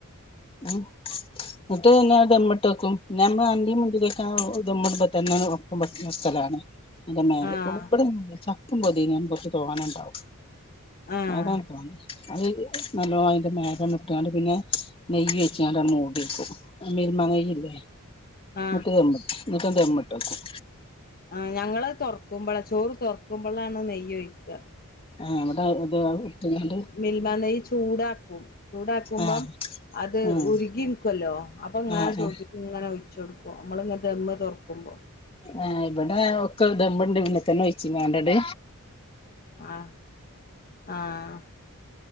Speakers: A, on the left (about 25°); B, on the left (about 40°).
A: ഉ എന്നിട്ട് പിന്നെ അത് ദം ഇട്ട് വക്കും പിന്നെ നമ്മള് അണ്ടി മുന്തിരിക്കെ ദം ഇടുമ്പോ തന്നെ ഒപ്പം വെക്കലാണ് നല്ല മേലെ
B: ആഹ്
A: ഇപ്പൊ ചപ്പും പൊതിനയും കൊറച്ച് തോനെണ്ടാവും
B: ആഹ്
A: അതാണ് അത് നല്ലോ അതിന്റെ മേ എണ്ണട്ടാണ്ട് പിന്നെ- നെയ്യ് വെച്ചണ്ട് മൂടിക്കും ആ മിൽമ നെയ്യല്ലേ എന്നിട്ട്
B: ആഹ്
A: ദം ഇടും എന്നിട്ട് ദം ഇട്ട് വയ്ക്കും
B: ആ ഞങ്ങള് തൊറക്കുമ്പളാ ചോറ് തൊറക്കുമ്പോളാണ് നെയ്യ് ഒഴിക്കുക
A: ആഹ് അവിടെ ഇത് ആ വയ്ക്കുന്നത്
B: മിൽമ നെയ്യ് ചൂടാക്കും ചൂടാക്കുമ്പം
A: ആഹ്
B: അത്
A: ആഹ്
B: ഉരുകി- ക്കുവല്ലോ അപ്പൊ ഇങ്ങനെ
A: ആഹ്
B: ചോറ്റ
A: ആഹ്
B: <unintelligible> യ്ക്ക് ഇങ്ങനെ ഒഴിച്ചു കൊടുക്കും നമ്മളിങ്ങ ദമ്മ് തൊറക്കുമ്പോ
A: ആഹ് ഇവിടെ ഒക്കെ ദമ്മ് ഒണ്ട് പിന്നെ തന്നെ വച്ചിങ്ങാണ്ട് അത്
B: ആഹ് ആഹ്